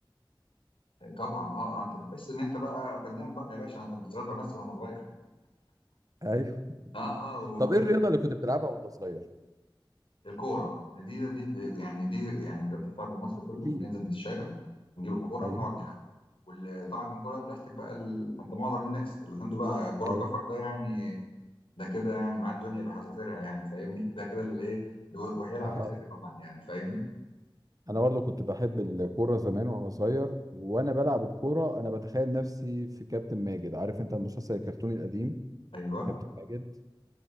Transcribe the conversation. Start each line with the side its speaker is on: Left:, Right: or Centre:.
Left: <laughs> طبعا اه اه انت بتحس ان انت بقى فنان بقى يا باشا انا كنت صغير بمثل وانا صغير
Right: ايوه
Left: <laughs> اه اه وكان
Right: طب ايه الرياضه اللي كنت بتلعبها وانت صغير
Left: الكورة دي دي يعني دي يعني رياضة الشعب المصري كله
Right: اكيد
Left: ننزل من الشارع نجيب الكورة
Right: ايوه
Left: ونقعد نلعب وطبعا كان كورة بلاستيك بقى ال- عند معظم الناس اللي عنده بقى كورة
Right: ايوه
Left: كفر ده يعني ده كده يعني معاه الدنيا بحذافيرها يعني فاهمني ده كده اللي ايه و- وهيلعب
Right: اه
Left: أساسي طبعا يعني فاهمني
Right: انا برضو كنت بحب الكوره زمان وانا صغير وانا بلعب الكوره انا بتخيل نفسي في كابتن ماجد عارف انت المسلسل الكرتوني القديم
Left: ايوه
Right: كابتن ماجد